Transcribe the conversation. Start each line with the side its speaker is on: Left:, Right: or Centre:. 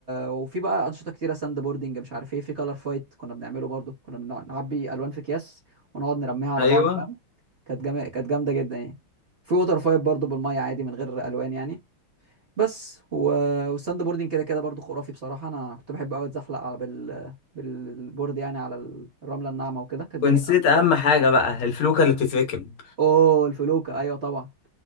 Right: وفي بقى انشطه كتيره ساند بوردنج مش عارف ايه في كلر فايت كنا بنعمله برضو كنا بنع- نعبي الوان في اكياس ونقعد نرميها على
Left: ايوه
Right: بعض فاهم كانت جم... كانت جامده جدا يعني في ووتر فايت برضو بالميه عادي من غير الوان يعني بس و... والساند بوردنج كده كده برضو خرافي بصراحه انا كنت بحب قوي اتزحلق على بال... بالبورد يعني على الرمله الناعمه وكده كانت
Left: ونسيت
Right: جميله قوي
Left: اهم حاجة بقى الفلوكة اللي بتتركب
Right: اوه الفلوكه ايوه طبعا